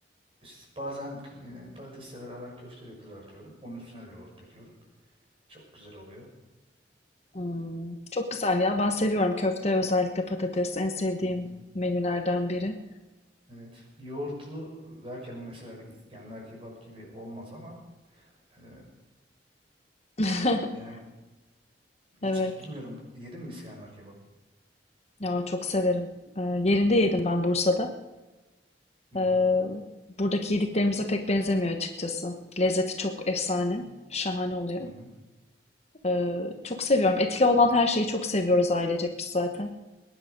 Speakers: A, on the right; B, on the left.
A: işte bazen e, patatesle beraber köfte de kızartıyorum. Onun üstüne de yoğurt döküyorum. Çok güzel oluyor.
B: Hmm, Çok güzel ya. Ben seviyorum köfte özellikle patates en sevdiğim
A: Hı hı.
B: menülerden biri.
A: Evet. Yoğurtlu derken mesela bir İskender kebap gibi olmaz ama e,
B: <laughs>
A: yani hiç
B: Evet.
A: bilmiyorum yedin mi İskender kebap?
B: Ya çok severim. Ee, yerinde yedim ben Bursa'da.
A: Hı hı.
B: Ee, buradaki yediklerimize pek benzemiyor açıkçası. Lezzeti çok efsane. Şahane oluyor.
A: Hı hı.
B: Ee, çok
A: Aynen.
B: seviyorum. Etli olan her şeyi çok seviyoruz ailecek biz zaten.